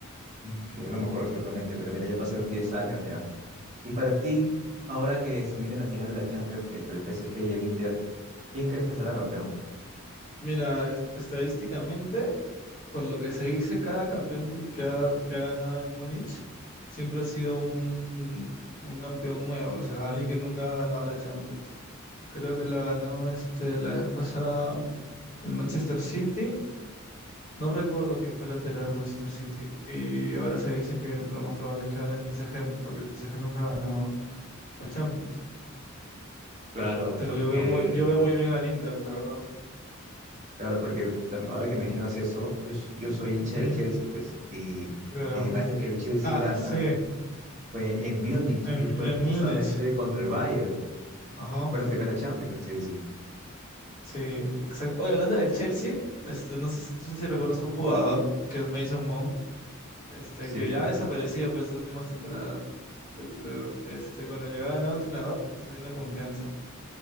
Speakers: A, on the right (about 35°); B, on the left (about 40°).
A: Mm, sí, yo no me acuerdo exactamente, pero mira, ya pasaron 10 años ya. Y para ti, ahora que se viene la final de la Champions, que entre el PSG y el Inter, ¿quién crees que será campeón?
B: Mira, est- estadísticamente, por lo que se dice, cada campeón que ha, que ha ganado en Múnich siempre ha sido un, un campeón nuevo, o sea, alguien que nunca ha ganado la Champions. Creo que la ganó este, la vez pasada el Manchester City No recuerdo quién fue el anterior al Manchester City. Y ahora se dice que lo más probable es que gane el PSG, pues porque el PSG nunca ha ganado la Champions.
A: Claro,
B: Pero
A: porque,
B: yo veo muy, yo veo muy bien al Inter, la verdad.
A: claro, porque tam- ahora que mencionas eso, yo, s- yo soy hincha
B: Ujú,
A: del Chelsea, pues, y
B: claro.
A: el año que el Chelsea
B: Ah,
A: gana
B: sí.
A: fue en Múnich
B: En,
A: y fue
B: en
A: justamente
B: Múnich.
A: contra el Bayern.
B: Ajá.
A: Y fue la primera Champions del Chelsea.
B: Sí, exacto. Oye, hablando del Chelsea, este, no sé, si no sé si recuerdas un jugador que es Mason Mount, este,
A: Sí.
B: que ya ha desaparecido por estas últimas temporadas. Pero este, cuando llegaba el nuevo entrenador, está teniendo confianza.